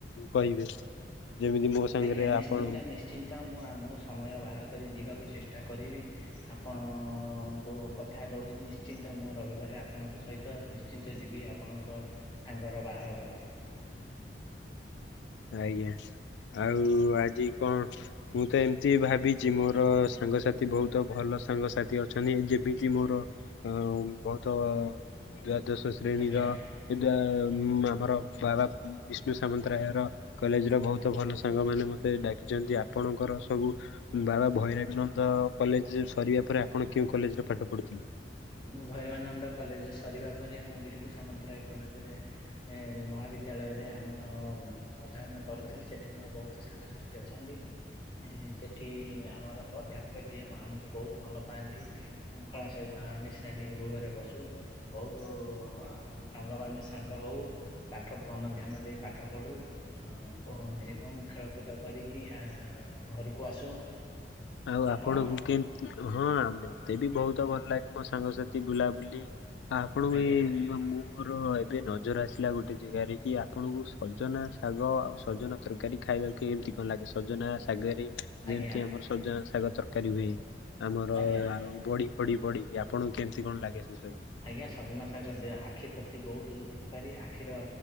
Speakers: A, on the left; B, on the left.
A: କହିବେ, ଯେମିତି ମୋ ସାଙ୍ଗରେ
B: ଆଜ୍ଞା, ନିଶ୍ଚିନ୍ତ
A: ଆପଣ
B: ନିଶ୍ଚିନ୍ତ, ମୁଁ, ଆମକୁ ସମୟ ବାହାର କରି ଯିବାକୁ ଚେଷ୍ଟା କରିବି। ଆପଣଙ୍କୁ କଥା ଦଉଚି, ନିଶ୍ଚିନ୍ତ ମୁଁ ରବିବାର ଆପଣଙ୍କ ସହିତ ନିଶ୍ ନିଶ୍ଚିନ୍ତ ଯିବି, ଆପଣଙ୍କ ସାଙ୍ଗର ବାହାଘର ରେ
A: ଆଜ୍ଞା, ଆଉ ଆଜି କଣ ମୁଁ ତ ଏମିତି ଭାବିଚି, ମୋର ସାଙ୍ଗସାଥି ବହୁତ ଭଲ ସାଙ୍ଗସାଥି ଅଛନ୍ତି, ଯେମିତି ମୋର ଅ ବହୁତ ଦ୍ଵାଦଶ ଶ୍ରେଣୀର,
B: ଆଜ୍ଞା
A: ଏ ଆମର ବାବା ବିଷ୍ଣୁ ସାମନ୍ତରାୟର କଲେଜ ର ବହୁତ ଭଲ ସାଙ୍ଗମାନେ ମତେ ଡାକିଚନ୍ତି, ଆପଣଙ୍କର ସବୁ ବାବା ଭୈରବନନ୍ଦ କଲେଜ ସରିବା ପରେ, ଆପଣ କେଉଁ କଲେଜରେ ପାଠ ପଢୁଥିଲେ?
B: ମୁଁ ଭୈରବାନନ୍ଦ କଲେଜ ସରିବା ପରେ, ମୁଁ ବିଷ୍ଣୁ ସାମନ୍ତରାୟ କଲେଜରେ ଏ ମହାବିଦ୍ୟାଳୟରେ ଆମ ଅଧ୍ୟୟନ କରୁଥିଲି, ସେଠି ମୋର ବହୁତ ସାଙ୍ଗସାଥି ଅଛନ୍ତି। ସେଠି ଆମର ଅଧ୍ୟାପକ ଯିଏ, ଆମୁକୁ ବହୁତ ଭଲ ପାଆନ୍ତି। ଶୃଙ୍ଖଳା ସହିତ ଆମେ ଶ୍ରେଣୀ ଗୃହରେ ବସୁ। ବହୁତୁ ସାଙ୍ଗ ମାନେ ସାଙ୍ଗ ହଉ। ପାଠ, ମନ ଧ୍ୟାନ ଦେଇ ପାଠ ପଢୁ। ଅ ଏବଂ ଖେଳକୁଦ କରିକି ଏଁ ଘରକୁ ଆସୁ।
A: ଆଉ
B: ଆପଣ
A: ଆପଣଙ୍କୁ କେମ୍-ହଁ ମତେ ବି ବହୁତ ଭଲ ଲାଗେ ମୋ ସାଙ୍ଗସାଥି ବୁଲାବୁଲି ଆପଣଙ୍କୁ
B: ଆଜ୍ଞା
A: ଏଇ ଯଉ ମୁଁ ମୋର ଏବେ ନଜର ଆସିଲା ଗୋଟେ ଜାଗାରେ କି ଆପଣଙ୍କୁ ସଜନା ଶାଗ ଆଉ ସଜନା ତରକାରୀ ଖାଇବାକୁ କେମତି କଣ ଲାଗେ ସଜନା ଶାଗରେ?
B: ଆଜ୍ଞା
A: ଯେମିତି ଆମର ସଜନା ଶାଗ ତରକାରୀ ହୁଏ ଆମର
B: ଆଜ୍ଞା
A: ଆଉ ବଡି ଫଡି ପଡିକି ଆପଣଙ୍କୁ କେମତି କଣ ଲାଗେ ସେ ସବୁ?
B: ଆଜ୍ଞା ସଜନା ଶାଗ ଦେ- ଆଖି ପ୍ରତି ବହୁତୁ ଉପକାରୀ ଆଖିର